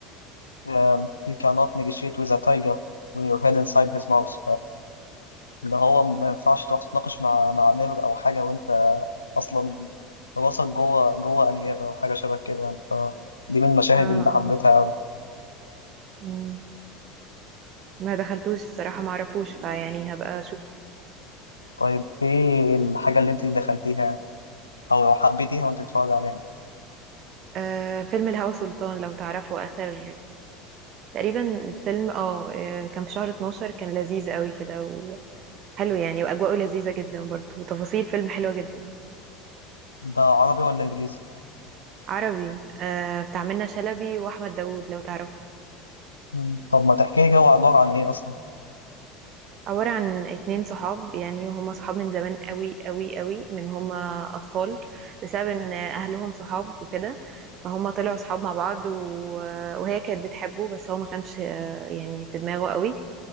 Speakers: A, on the left (about 80°); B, on the right (about 40°).
A: Um, you cannot negotiate with a tiger when your head inside his mouth فاللي هو ما ينفعش تقعد تتناقش مع مع نمر أو حاجة وأنت أصلا راسك جوه جوه أنيابة أو حاجة شبه كده يعني فدي من المشاهد
B: اه
A: اللي حبيتها
B: اه
A: أوي
B: مم. ما دخلتوش الصراحة ما اعرفوش فيعني هبقى اشوف
A: طيب إيه الحاجة اللي أنت دخلتيها أو لو حبيتيها وأنت بتتفرج عليها
B: آه فيلم الهوى سلطان لو تعرفه اخر تقريبا الفيلم اه آه، كان في شهر 12 كان لذيذ قوي كده وحلو يعني واجواءه لذيذة جدا برضه وتفاصيل فيلم حلوة جدا
A: ده عربي ولا إنجليزي؟
B: عربي آه بتاع منة شلبي واحمد داوود لو تعرفه
A: مم. طب ما تحكي لي كده هو عبارة عن إيه أصلا؟
B: عبارة عن اتنين صحاب يعني هما صحاب من زمان قوي قوي قوي من هما اطفال بسبب ان اهلهم صحاب وكده فهما طلعوا صحاب مع بعض و... وهي كانت بتحبه بس هو ما كانش آه، يعني في دماغه قوي